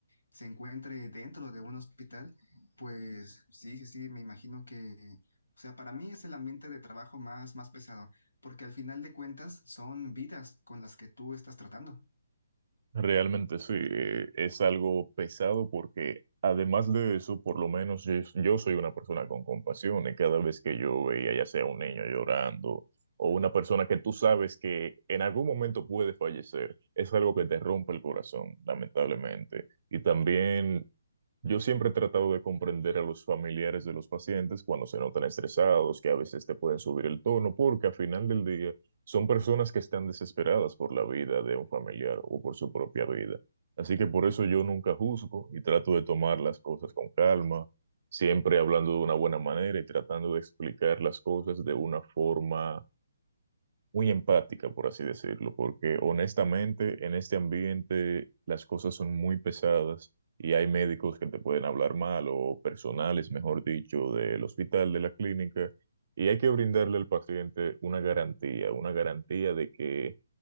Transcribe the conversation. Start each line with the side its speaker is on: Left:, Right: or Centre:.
Left: se encuentre dentro de un hospital. Pues sí, sí, sí, me imagino que, o sea, para mí es el ambiente de trabajo más, más pesado, porque al final de cuentas son vidas con las que tú estás tratando.
Right: Realmente sí, eh, es algo pesado porque además de eso, por lo menos yo, yo soy una persona con compasión y cada vez que yo veía ya sea un niño llorando o una persona que tú sabes que en algún momento puede fallecer, es algo que te rompe el corazón, lamentablemente. Y también Yo siempre he tratado de comprender a los familiares de los pacientes cuando se notan estresados, que a veces te pueden subir el tono, porque al final del día son personas que están desesperadas por la vida de un familiar o por su propia vida. Así que por eso yo nunca juzgo y trato de tomar las cosas con calma, siempre hablando de una buena manera y tratando de explicar las cosas de una forma muy empática, por así decirlo, porque honestamente en este ambiente las cosas son muy pesadas y hay médicos que te pueden hablar mal o personales, mejor dicho, del hospital, de la clínica, y hay que brindarle al paciente una garantía, una garantía de que